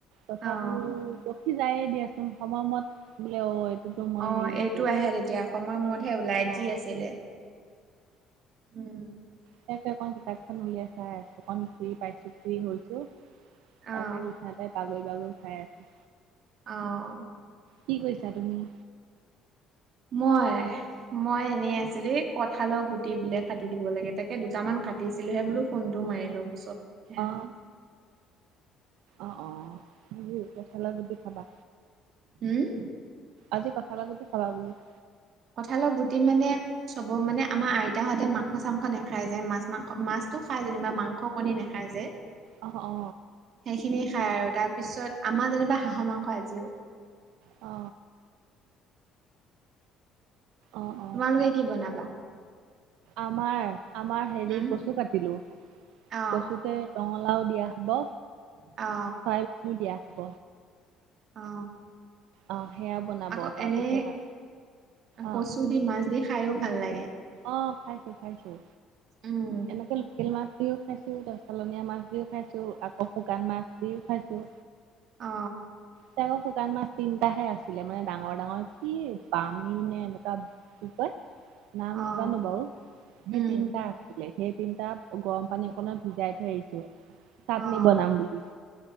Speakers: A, on the right (about 85°); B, on the right (about 55°).
A: তথাপিও
B: অ',
A: ৰখি যায়ে দিয়াচোন সময়মত বোলে অ এইটোতো মই
B: অ
A: হেৰি নকৰি
B: এইটো আহে তেতিয়া সময়তহে ওলাই
A: অ',
B: কি আছিলে উম
A: সে এখন কিতাপখন উলিয়াই চাই‌ আছো অকন ফ্ৰি পাইছো ফ্ৰি হৈছো তাকে
B: অ
A: বিচনাতে বাগৰি বাগৰি চাই আছো
B: অ
A: কি কৰিছা তুমি
B: মই মই এনে আছিলো কঠালৰ গুটি বোলে কাটি দিব লাগে তাকে দুটামান কাটি কাটিছিলোহে বোলো ফোনটো মাৰি লও পিছত সেয়া
A: অ
B: হল।
A: অ অ আজি কঠালৰ গুটি খাবা
B: হুম
A: আজি কঠালৰ গুটি খাবা বোলো
B: কঠালৰ গুটি মানে চবৰ মানে আমাৰ আইতাহঁতে মাংস চাংস নাখায় যে মাছ মাংস মাছটো খাই যেনিবা মাংস স কণী নাখায় যে
A: অ অ
B: সেইখিনি খাই আৰু তাৰ পিছত আমাৰ যেনিবা হাঁহৰ মাংস আজি
A: অ অ অ
B: তোমালোকে কি বনাবা
A: আমাৰ আমাৰ হেৰি
B: উম
A: কচু কাটিলো
B: অ
A: কচুকে ৰঙলাও দিয়া হব
B: অ
A: পাইপতো দিয়া হ'ব
B: অ
A: অ সেয়া বনাব
B: আকৌ
A: তাৰপিছত
B: এনে কচু
A: অ
B: দি মাছ দি খায়ো ভাল লাগে।
A: অ খাইছো খাইছো
B: উম
A: এনেকে লোকেল মাছ দিও খাইছো ত চালনীয়া মাছ দিও খাইছো আকৌ শুকান মাছ দিও খাইছো
B: অ
A: তাকো শুকান মাছ তিনটাহে আছিলে মানে ডাঙৰ ডাঙৰ কি বামী নে এনেকুৱা কি কয় নাম
B: অ',
A: নাজানো বাৰু সেই
B: উম,
A: তিনটা সেই তিনটা গৰম পানী অকনত ভিজাই থৈ আহিছো চাটনি
B: অ',
A: বনাম বুলি